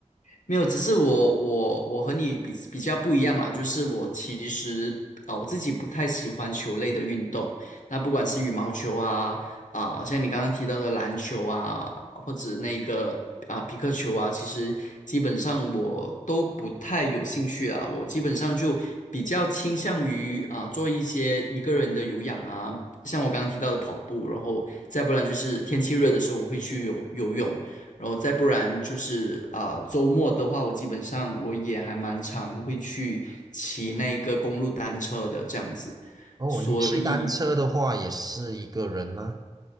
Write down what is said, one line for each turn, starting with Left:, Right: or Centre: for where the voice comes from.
Left: 没有，只是我我我和你比比较不一样啦，就是我其实啊、呃我自己不太喜欢球类的运动，那不管是羽毛球啊啊、像你刚刚提到的篮球啊，或者那个啊、皮克球啊，其实基本上我都不太有兴趣啊，我基本上就比较倾向于啊、做一些一个人的有氧啊，像我刚刚提到的跑步，然后再不然就是天气热的时候我会去游游泳。然后再不然就是啊、呃周末的话，我基本上我也还蛮常会去骑那个公路单车的这样子，
Right: 哦，
Left: 所以
Right: 你骑单车的话也是一个人吗？